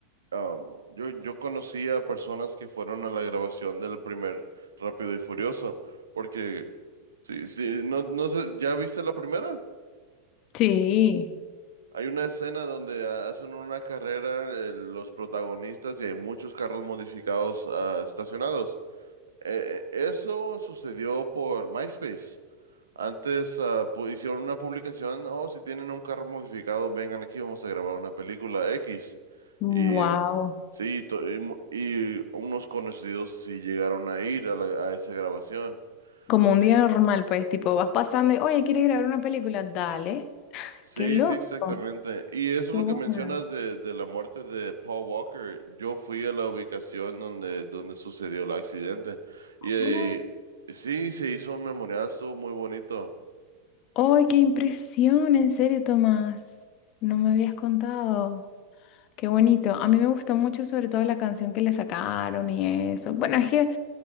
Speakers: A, on the right; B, on the left.
A: um, yo, yo conocí a personas que fueron a la grabación del primer Rápido y Furioso, porque sí, sí, no, no sé, ¿ya viste la primera?
B: Sí,
A: Hay una escena donde ah, hacen una carrera eh, los protagonistas y hay muchos carros modificados ah, estacionados. Eh, eh, eso sucedió por MySpace. Antes ah, pu- hicieron una publicación, oh, si tienen un carro modificado, vengan aquí, vamos a grabar una película X.
B: wow.
A: Y Sí, to- y, mu- y unos conocidos sí llegaron a ir a, la- a esa grabación.
B: Como un
A: Eh,
B: día normal, pues, tipo, vas pasando y, oye, ¿quieres grabar una película? Dale.
A: Sí,
B: Qué loco,
A: sí, exactamente. Y eso es
B: qué
A: lo
B: buena.
A: que mencionas de, de la muerte de Paul Walker. Yo fui a la ubicación donde, donde sucedió el accidente. Y, eh,
B: Oh.
A: sí, se hizo un memorial, estuvo muy bonito.
B: ¡Ay, qué impresión! En serio, Tomás. No me habías contado. Qué bonito. A mí me gustó mucho, sobre todo la canción que le sacaron y eso. Bueno, es que